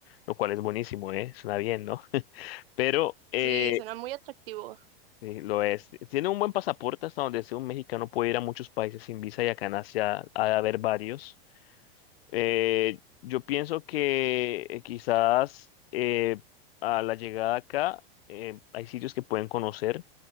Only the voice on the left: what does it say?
lo cual es buenísimo, ¿eh? Suena bien, ¿no? <laughs> Pero eh,
sí, lo es. Tienen un buen pasaporte hasta donde sea un mexicano puede ir a muchos países sin visa y acá en Asia ha de haber varios. Eh, yo pienso que eh, quizás eh, a la llegada acá eh, hay sitios que pueden conocer.